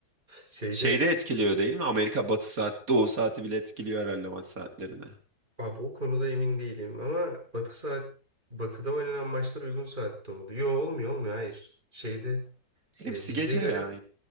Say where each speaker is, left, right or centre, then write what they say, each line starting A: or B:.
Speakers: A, on the right; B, on the right.
A: Şeyde
B: Şeyde etkiliyor değil mi? Amerika batı saat, doğu saati bile etkiliyor herhalde maç saatlerini.
A: abi o konuda emin değilim ama Batı saat Batı'da oynanan maçlar uygun saatte oldu. Yo olmuyor olmuyor hayır. Şeyde
B: Hepsi
A: e, bize
B: gece
A: göre
B: ya.